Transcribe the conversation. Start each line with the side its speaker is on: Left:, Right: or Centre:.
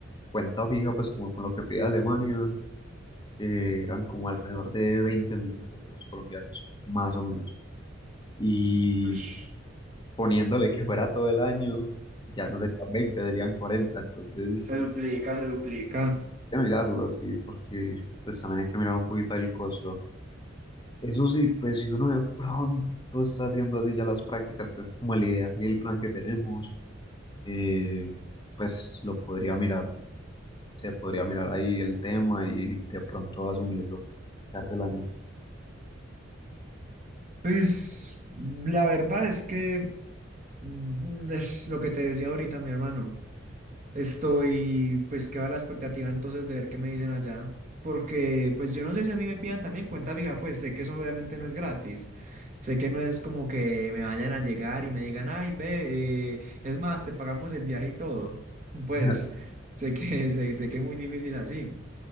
Left: cuenta fija, pues como con lo que pide Alemania, eh, eran como alrededor de 20 millones de pesos colombianos, más o menos, y
Right: Ush,
Left: poniéndole que fuera todo el año, ya no serían 20 serían 40 entonces...
Right: Se duplica, se duplica.
Left: que mirarlo así, porque pues también hay que mirar un poquito el costo. Eso sí, pues si uno de pronto está haciendo así ya las prácticas, que es como la idea y el plan que tenemos, eh, pues lo podría mirar, se podría mirar ahí el tema y de pronto asumirlo, quedarse el año.
Right: Pues la verdad es que mm, es lo que te decía ahorita, mi hermano. Estoy, pues, que va la expectativa entonces de ver qué me dicen allá. Porque, pues, yo no sé si a mí me pidan también cuenta fija, pues sé que eso obviamente no es gratis. Sé que no es como que me vayan a llegar y me digan, ay, ve, eh, es más, te pagamos el viaje y todo. <laughs> Pues,
Left: <laughs>
Right: sé que, <laughs> sé, sé que es muy difícil así